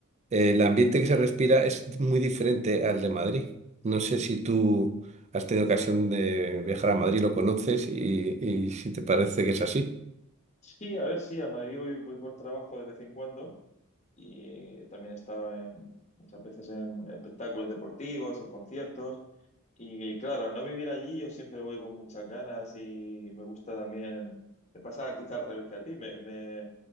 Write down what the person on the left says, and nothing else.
Sí, a ver, sí, a Madrid voy, voy por trabajo de vez en cuando y eh, también he estado en- muchas veces en espectáculos deportivos, en conciertos y claro, al no vivir allí yo siempre voy con muchas ganas y me gusta también, me pasa quizá al revés que a ti, me, me-